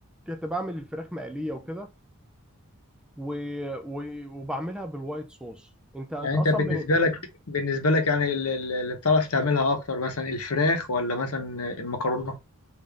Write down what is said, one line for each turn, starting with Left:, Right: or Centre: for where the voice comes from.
Centre: كنت بعمل الفراخ مقلية وكده و... و... وبعملها بالوايت صوص أنت أنت
Left: يعني
Centre: أصلا
Left: انت بالنسبه
Centre: من
Left: لك بالنسبه لك يعني ال- ال- اللي بتعرف تعملها اكتر مثلا الفراخ ولا مثلا المكرونه